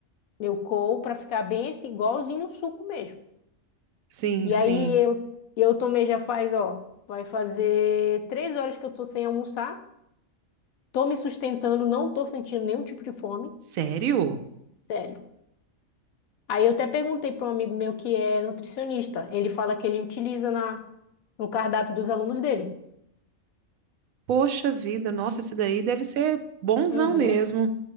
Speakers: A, on the left; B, on the right.
A: Eu coo pra ficar bem esse, igualzinho um suco mesmo.
B: Sim,
A: E
B: sim.
A: aí, eu, eu tomei já faz, ó, vai fazer três horas que eu tô sem almoçar. Tô me sustentando, não tô sentindo nenhum tipo de fome,
B: Sério?
A: sério. Aí, eu até perguntei para um amigo meu que é nutricionista. Ele fala que ele utiliza na, no cardápio dos alunos dele.
B: Poxa vida, nossa, esse daí deve ser bonzão
A: Uhum.
B: mesmo.